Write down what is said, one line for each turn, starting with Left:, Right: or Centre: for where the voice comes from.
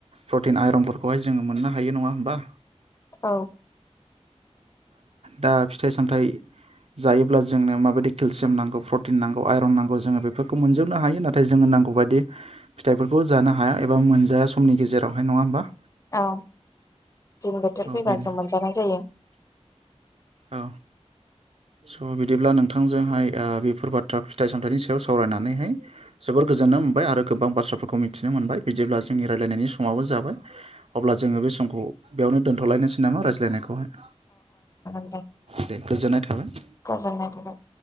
Right: प्रटिन आइरनफोरखौहाय जोङो मोननो हायो नङा होमबा
Left: औ
Right: दा फिथाइ सामथाइ जायोब्ला जोंनो माबायदि केलसियाम नांगौ प्रटिन नां आइरन नांगौ जोङो बेफोरखौ मोनजोबनो हायो आयरन नांगौ जोङो बेफोरखौ मोनजोबनो हायो नाथाय जोङो नांगौ बायदि फिथाइफोरखौ जानो हाया एबा मोनजाया समनि गेजेरावहाय नङा होमबा।
Left: औ दिन बोथोर
Right: औ
Left: फैबासो
Right: बेनो
Left: मोनजानाय जायो।
Right: औ स' बिदिब्ला नोंथांजोंहाय बेफोर बाथ्रा फिथाइ सामथाइनि सायाव सावरायनानैहाय जोबोर गोजोननाय मोनबाय आरो गोबां बाथ्राफोरखौ मिथिनो मोनबाय बिदिब्ला जोंनि रायलायनायनि समाबो जाबाय। अब्ला जोङो बे समखौ बेयावनो दोन्थ'लायनोसै नामा रायज्लायनायखौहाय औ।
Left: <unintelligible>
Right: दे गोजोननाय थाबाय।
Left: गोजोननाय थाबाय।